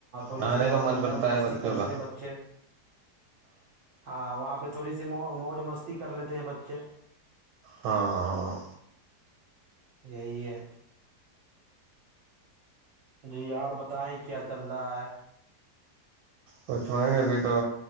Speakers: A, on the right; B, on the right.
A: تھڑی
B: نہانے
A: سی وہاں
B: کا من
A: پہ
B: کرتا
A: موج مستی
B: ہے بچوں
A: کر
B: کا
A: لیتے بچے ہاں وہاں پہ پہ تھوڑی سی مو موج مستی کر لیتے ہیں بچے
B: ہاں ہاں
A: یہی ہے جی اور بتائیں کیا چل رہا ہے
B: کچھ نہیں ابھی تو